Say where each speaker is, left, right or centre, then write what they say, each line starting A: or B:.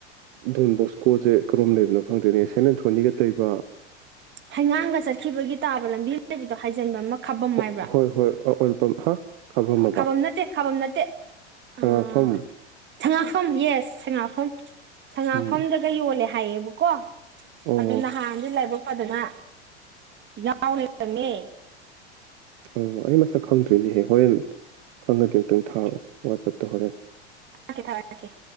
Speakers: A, on the right; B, on the right.
A: ꯗꯣꯟꯕꯣꯁꯀꯣꯖꯦ ꯀꯔꯣꯝ ꯂꯩꯕꯅꯣ ꯈꯪꯗꯦꯅꯦ ꯁꯦꯟ ꯑꯦꯟꯊꯣꯅꯤꯒꯥ ꯂꯩꯥꯕꯥ
B: ꯍꯩꯉꯥꯡꯒꯥ ꯆꯠꯈꯤꯕꯒꯤ ꯇꯥꯕ ꯂꯝꯕꯤ ꯑꯃꯥ ꯂꯩꯕꯗꯣ ꯍꯥꯏꯖꯟꯕꯝ ꯑꯃ ꯈꯥꯕꯝ
A: ꯍꯣ
B: ꯍꯥꯏꯕ꯭ꯔꯥ
A: ꯍꯣꯏ ꯍꯣꯏ ꯑꯣꯏꯜꯄꯝ ꯍꯥ ꯈꯥꯕꯝꯃꯕ
B: ꯈꯥꯕꯝ ꯅꯠꯇꯦ ꯈꯥꯕꯝ ꯅꯠꯇꯦ
A: ꯁꯉꯥꯛꯐꯝ
B: ꯎꯝ ꯁꯉꯥꯛꯐꯝ ꯌꯦꯁ ꯁꯉꯥꯛꯐꯝ ꯁꯉꯥꯛꯐꯝꯗꯒꯥ
A: ꯎꯝ
B: ꯌꯣꯜꯂꯦ ꯍꯥꯏꯌꯦꯕꯀꯣ
A: ꯑꯣ
B: ꯑꯗꯣ ꯅꯍꯥꯟꯖꯦ ꯂꯥꯏꯕꯛ ꯐꯥꯗꯅ ꯌꯥꯎ ꯂꯩꯔꯝꯃꯦ
A: ꯑꯣ ꯑꯩ ꯃꯁꯛ ꯈꯪꯗꯔ꯭ꯦꯅꯦꯍꯦ ꯍꯣꯔꯦꯟ ꯈꯪꯉꯥꯗꯤ ꯑꯃꯨꯛꯇꯪ ꯊꯥꯔꯑꯣ ꯋꯥꯆꯞꯇꯥ ꯍꯣꯔꯦꯟ
B: ꯊꯥꯔꯛꯀꯦ ꯊꯥꯔꯛꯀꯦ